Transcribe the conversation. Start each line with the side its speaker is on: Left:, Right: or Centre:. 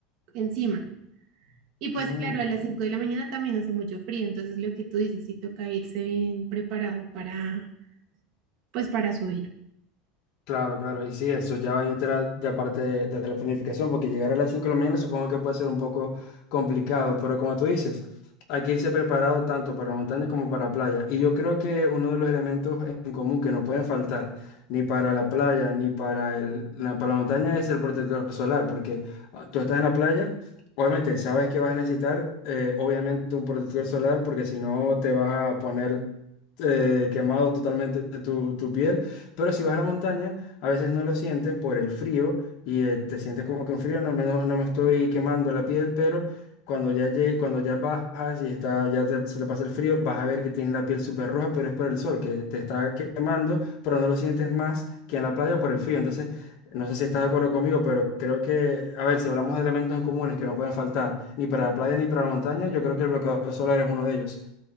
Right: encima. Y pues
Left: Mm,
Right: claro, a las 5 de la mañana también hace mucho frío, entonces lo que tú dices, sí toca irse bien preparado para, pues para subir.
Left: Claro, claro. Y sí, eso ya va a entrar de parte de, de la planificación, porque llegar a las 5 de la mañana supongo que puede ser un poco complicado, pero como tú dices, hay que irse preparado tanto para montaña como para playa. Y yo creo que uno de los elementos en común que no pueden faltar ni para la playa ni para, el, la, para la montaña es el protector solar, porque ah, tú estás en la playa, obviamente sabes que vas a necesitar, eh, obviamente, un protector solar, porque si no te vas a poner eh, quemado totalmente tu, tu piel. Pero si vas a la montaña, a veces no lo sientes por el frío y eh, te sientes como que un frío, no me, no, no me estoy quemando la piel, pero cuando ya llegue, cuando ya bajas y está, ya te- se te pasa el frío, vas a ver que tienes la piel súper roja, pero es por el sol, que te está quemando, pero no lo sientes más que en la playa por el frío. Entonces, no sé si estás de acuerdo conmigo, pero creo que, a ver, si hablamos de elementos en comunes que no pueden faltar ni para la playa ni para la montaña, yo creo que el bloqueador solar es uno de ellos.